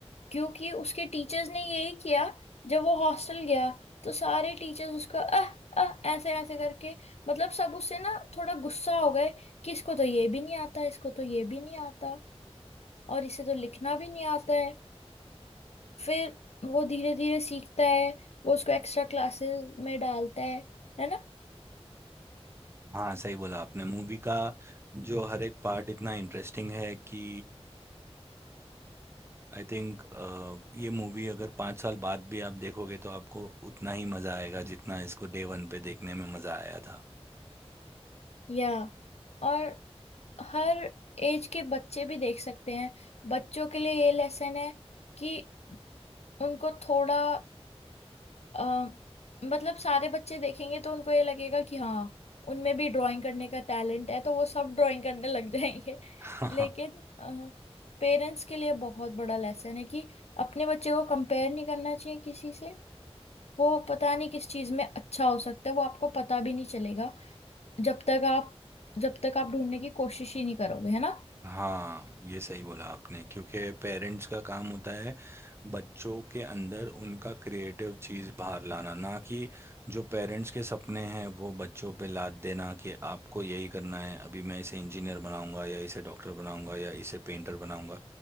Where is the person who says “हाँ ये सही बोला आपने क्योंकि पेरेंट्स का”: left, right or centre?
Right